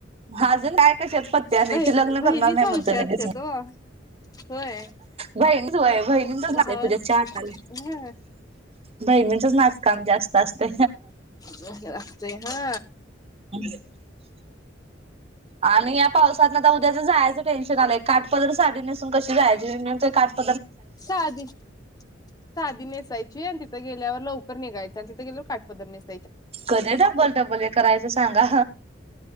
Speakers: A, on the right; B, on the left.
A: अजून काय कशात पत्या नाही
B: बहि
A: ते लग्न
B: बहिणीच
A: करणार नाही
B: हौशी
A: म्हणतो
B: असत्यात
A: लगेच मी.
B: ओ होय
A: बहिणच व्हय बहिणीचंच
B: भाव
A: पूजा चाहा आटालंय.
B: हा
A: बहिणींचंच नाचकाम जास्त असते.
B: जास्त असतंय हा.
A: <unintelligible> आणि या पावसातनं आता उद्याच जायचं टेन्शन आलंय. काठपदर साडी नेसून कशी जायाची <unintelligible>
B: साधी, साधी नेसायची आणि तिथं गेल्यावर लव कर निघायचं आन तिथे गेल्यावर काटपदर नेसा
A: कधी डबल डबल हे करायचं सांगा.